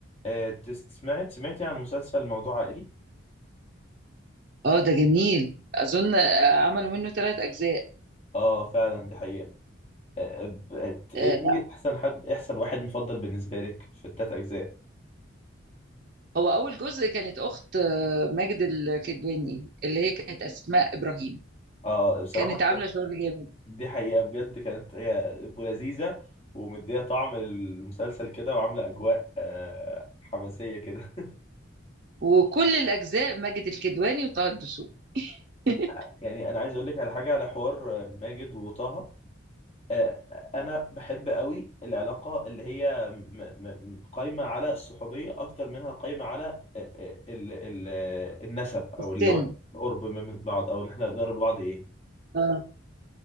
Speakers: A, on the left; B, on the right.
A: آه، تست- سمعت سمعتي عن مسلسل موضوع عائلي؟
B: اه ده جميل اظن آه، عملوا منه ثلاث اجزاء
A: اه فعلا دي حقيقة آه، آه، ب- ت- ايه
B: آه، لا
A: إيه احسن حد إيه احسن واحد مفضل بالنسبة لك في التلات اجزاء؟
B: هو اول جزء كانت اخت آه، ماجد الكدواني اللي هي كانت اسماء ابراهيم
A: اه بصراحة
B: كانت عامله
A: <laughs>
B: شغل جامد
A: دي حقيقة بجد كانت هي ولذيذة ومدية طعم المسلسل كده وعاملة اجواء آه، حماسية كده
B: وكل الاجزاء ماجد الكدواني وطه الدسوقي <laughs>
A: <laughs> يعني انا عايز اقول لك على حاجة على حوار آه، ماجد وطه آه، انا بحب قوي العلاقه اللي هي م- م- م- قايمه على الصحوبيه اكتر منها قايمه على آه، آه، ال- ال- آه، النسب او
B: السن
A: اللي هو القرب من من بعض او ان احنا نقرب لبعض ايه
B: اه